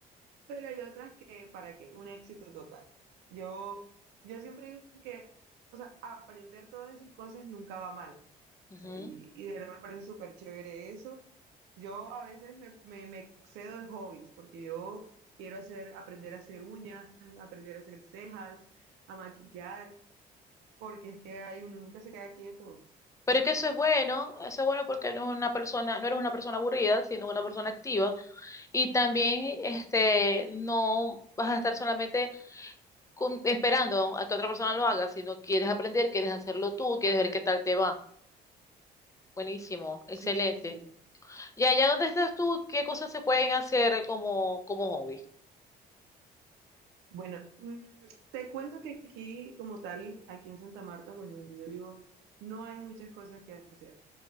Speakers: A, on the right; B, on the left.
A: pero hay otras que para que un éxito total. Yo, yo siempre digo que, o sea, aprender todas esas cosas nunca va mal
B: Ujú.
A: sea, y, y de verdad me parece súper chévere eso. Yo a veces me, me- me excedo en hobbies porque yo quiero hacer, aprender a hacer uñas, aprender a hacer cejas, a maquillar, porque es que hay, uno nunca se queda quieto.
B: Pero es que eso es bueno, eso es bueno porque no es una persona, no eres una persona aburrida, sino una persona activa Y también este, no vas a estar solamente con- esperando a que otra persona lo haga, sino quieres aprender, quieres hacerlo tú,
A: Correcto.
B: quieres ver qué tal te va. Buenísimo, excelente.
A: Sí, sí.
B: Y allá donde estás tú, ¿qué cosas se pueden hacer como, como hobby?
A: Bueno, mm, te cuento que aquí, como tal, aquí en Santa Marta, pues donde yo vivo, no hay muchas cosas que hacer.